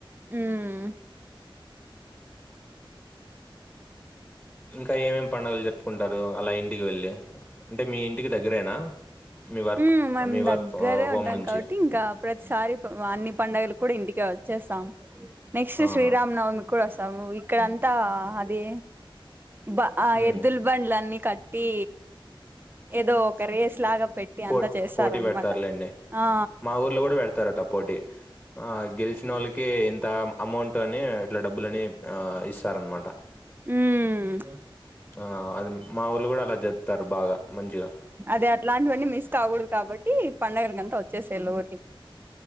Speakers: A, on the right (about 20°); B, in the centre.
A: ఉమ్మ్
B: ఇంకా ఏమేమి పండుగలు జరుపుకుంటారు అలా ఇంటికి వెళ్ళి అంటే మీ ఇంటికి దగ్గరేనా. మీ వర్క్
A: ఊమ్మ్ మేం
B: మీ వర్క్
A: దగ్గరే
B: హోమ్
A: ఉంటాం
B: నుంచి
A: కాబట్టి ఇంకా ప్రతిసారి అన్ని పండుగలు కూడా ఇంటికే వచ్చేస్తాం నెక్స్ట్
B: ఆహా
A: శ్రీరామ నవమి కూడా వస్తా స్తాము ఇక్కడంతా దే బ
B: ఉమ్.
A: ఎద్దుల బండ్లన్ని కట్ ట్టి ఏదో ఒక రేస్ లాగా పెట్టి
B: పోట్
A: అంతా చేస్తారనమాట
B: పోటీ పెడతారులేండి
A: ఆ
B: మా ఊర్లో కూడా పెడతారు అట్ట పోటీ గెలిచిన వోళ్ళకి ఇంత అమౌంట్ అని అట్లా డబ్బులు అని ఆ ఇస్తారనమాట
A: ఉమ్మ్
B: ఆ అది మా ఊర్లో కూడా అలా జరుపుతారు బాగా మంచిగా.
A: అదే అట్లాంటివన్నీ మిస్ కాకూడదు కాబట్టి పండగలకంత వచ్చేసేయాల ఊర్కి